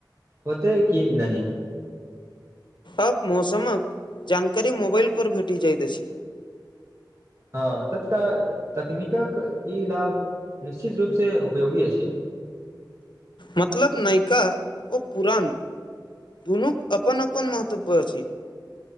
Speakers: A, on the right; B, on the left.
A: होतेै कि नहि
B: आब मौसमक जानकारी मोबाइलपर भेटि जाइत अछि
A: हँ तत्काल तकनीकक इ लाभ निश्चित रूपसँ उपयोगी अछि
B: मतलब नायका ओ पुरान दुनूक अपन अपन महत्व अछि